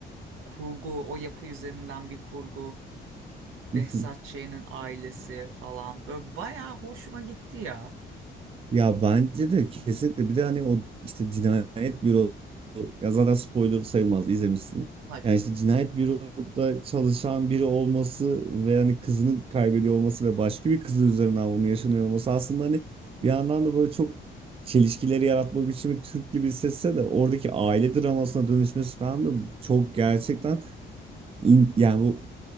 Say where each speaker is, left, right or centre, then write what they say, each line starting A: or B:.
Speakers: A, on the right; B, on the right.
A: kurgu, o yapı üzerinden bir kurgu.
B: <laughs>
A: Behzat Ç'nin ailesi falan. Böyle bayağı hoşuma gitti ya.
B: Ya bence de kesinlikle bir de hani o işte cinayet büro ya zaten spoiler sayılmaz izlemişsin.
A: Hepsi.
B: Yani işte cinayet büroda çalışan biri olması ve hani kızını kaybediyor olması ve başka bir kızı üzerinden bunun yaşanıyor olması aslında hani bir yandan da böyle çok çelişkileri yaratma biçimi Türk gibi hissetse de oradaki aile dramasına dönüşmesi falan da çok gerçekten in- yani bu